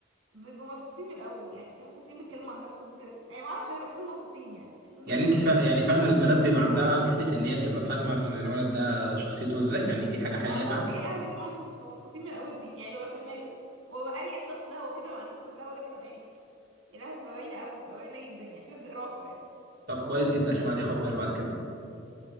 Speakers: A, on the right; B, on the right.
A: ب- بيبقوا مفقوسين من الاول يعني فاهم ممكن بيتكلموا عن نفسهم كده يعني ما اعرفش انا بحسهم مفقوسين يعني بحسهم
B: يعني
A: بيبقوا باينين
B: انت فا...
A: جدا
B: يعني فعلا البنات بيبقى عندها حته ان هي بتبقى فاهمه الولد ده شخصيته ازاي يعني دي حاجه حقيقيه
A: اه طبعا
B: فعلا
A: يا لهوي يا جماعه انتوا بتبقوا مفقوسين من الاول دي يعني ببقى فاهماكوا وببقى اريا الشخص ده هو كده مع الناس كلها ولا كده يعني يا لهوي بتبقى باينه قوي بتبقى باينه جدا يعني احنا بنقراكوا
B: طب كويس جدا عشان الواحد ياخد
A: يعني
B: باله بعد كده